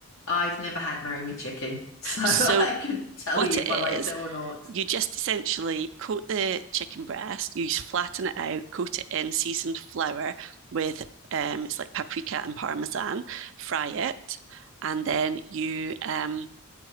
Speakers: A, on the left (about 60°); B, on the right (about 55°).
A: I've never had Marry Me Chicken, so <laughs> I
B: so
A: couldn't tell
B: what
A: you
B: it
A: if
B: is
A: I liked it or not.
B: you just essentially coat the chicken breast, you flatten it out, coat it in seasoned flour with um, it's like paprika and parmesan, fry it, and then you um,